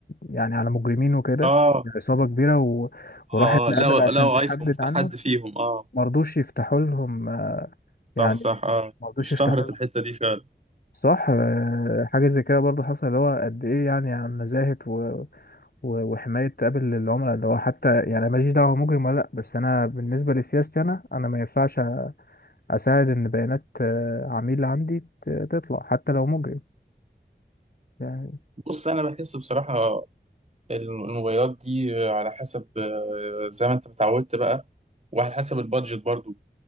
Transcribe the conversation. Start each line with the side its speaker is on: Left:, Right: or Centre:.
Left: يعني على مجرمين وكده
Right: اه اه
Left: عصابة كبيرة و... وراحت
Right: آه،
Left: لأبل
Right: لو لو
Left: عشان تحدد
Right: ايفون بتاع
Left: عنهم
Right: حد فيهم اه
Left: مرضوش يفتحوا لهم آه، يعني
Right: صح صح اه
Left: مرضوش
Right: اشتهرت
Left: يفتحوا لهم
Right: الحتة دي فعلا
Left: صح آه، حاجة زي كده برضو حصل اللي هو قد إيه يعني عن نزاهة و... و- وحماية قبل العملاء اللي هو حتى يعني ماليش دعوة مجرم ولا لأ بس أنا بالنسبة لسياستي أنا أنا ما ينفعش اساعد ان بيانات آه، عميل عندي ت- تطلع حتى لو مجرم يعني
Right: بص انا بحس بصراحة الموبايلات دي على حسب آه، زي ما انت متعودت بقى وعلى حسب البادجت برضو